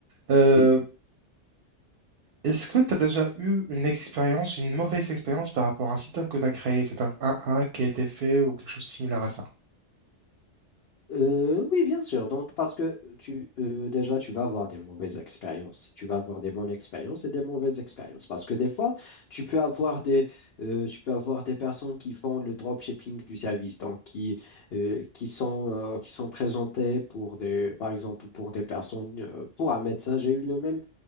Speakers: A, on the right; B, on the left.
A: Euh,
B: Oui.
A: Est-ce que tu as déjà eu une expérience, une mauvaise expérience par rapport à un site web que tu as créé? C'est un, un hack qui a été fait ou quelque chose de similaire à ça?
B: Euh, oui, bien sûr. Donc, parce que tu, euh, déjà, tu vas avoir des mauvaises expériences. Tu vas avoir des bonnes expériences et des mauvaises expériences. Parce que des fois, tu peux avoir des, euh, tu peux avoir des personnes qui font le dropshipping du service, donc qui, euh, qui sont, euh, qui sont présentées pour des, par exemple, pour des personnes, euh, pour un médecin. J'ai eu le même